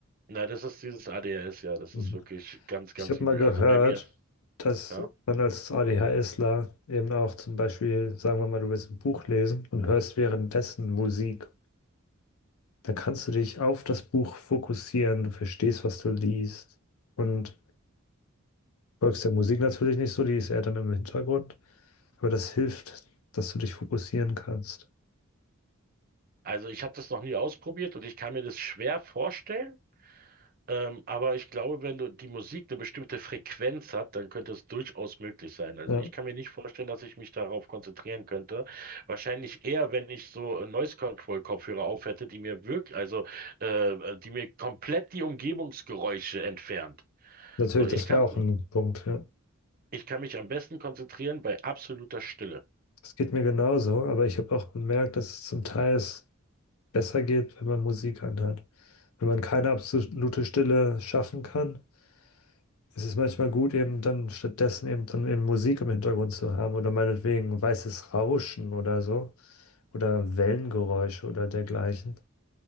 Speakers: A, on the right (about 40°); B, on the left (about 80°).
A: Na, das ist dieses ADHS, ja, das
B: Mhm.
A: ist wirklich ganz, ganz
B: Ich habe
A: übel.
B: mal gehört,
A: Also bei mir,
B: dass
A: ja.
B: man als ADHSler eben auch zum Beispiel, sagen wir mal, du willst ein Buch lesen und hörst währenddessen Musik. Dann kannst du dich auf das Buch fokussieren, du verstehst, was du liest und folgst der Musik natürlich nicht so, die ist eher dann im Hintergrund, aber das hilft, dass du dich fokussieren kannst.
A: Also ich habe das noch nie ausprobiert und ich kann mir das schwer vorstellen. Ähm, aber ich glaube, wenn du die Musik eine bestimmte Frequenz hat, dann könnte es durchaus möglich sein. Also
B: Ja,
A: ich kann mir nicht vorstellen, dass ich mich darauf konzentrieren könnte. Wahrscheinlich eher, wenn ich so äh, Noise Control Kopfhörer auf hätte, die mir wirklich, also äh, die mir komplett die Umgebungsgeräusche entfernt.
B: natürlich,
A: So, ich
B: das
A: kann,
B: wäre auch ein Punkt, ja.
A: ich kann mich am besten konzentrieren bei absoluter Stille.
B: Das geht mir genauso, aber ich habe auch bemerkt, dass es zum Teil ist, besser geht, wenn man Musik anhat. Wenn man keine absolute Stille schaffen kann, ist es manchmal gut, eben dann stattdessen eben dann eben Musik im Hintergrund zu haben oder meinetwegen weißes Rauschen oder so oder Wellengeräusche oder dergleichen,